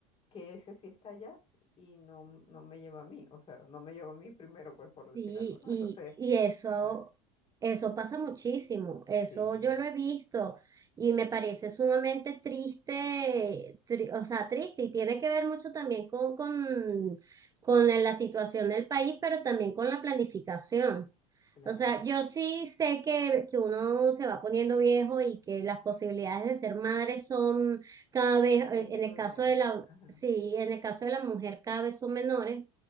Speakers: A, on the left (about 35°); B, on the right (about 20°).
A: que ese sí está allá y no, no me lleva a mí, o sea, no me lleva a mí primero, pues por decir
B: Sí,
A: algo, ¿no?
B: y,
A: Entonces,
B: y eso,
A: ajá,
B: eso pasa muchísimo, eso
A: sí,
B: yo lo he visto y me parece sumamente triste, tri- o sea, triste y tiene que ver mucho también con, con, con la situación del país, pero también con la planificación.
A: claro,
B: O sea, yo sí sé que, que uno se va poniendo viejo y que las posibilidades de ser madre son cada vez,
A: van
B: eh,
A: disminuyendo,
B: en el caso de la,
A: ajá,
B: sí, en el caso de la mujer cada vez son menores